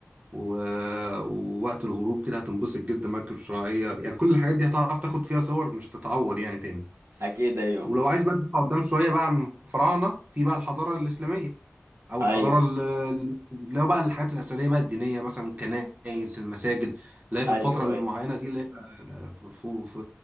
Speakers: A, on the right; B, on the right.
A: و... ووقت الغروب كده هتنبسط جدا مركب شراعية يعني كل الحاجات دي هتعرف تاخد فيها صور مش هتتعور يعني تاني
B: اكيد ايوه
A: ولو عايز بقى تطلع قدام شويه بقى عن الفراعنه في بقى الحضاره الاسلاميه او
B: ايوه
A: الحضاره ال- ال- لو بقى الحاجات الاثريه بقى الدينيه مثلا الكنائس المساجد اللي هي في
B: ايوه
A: الفتره المعينه
B: ايوه
A: دي اللي هي آه، ف- ف-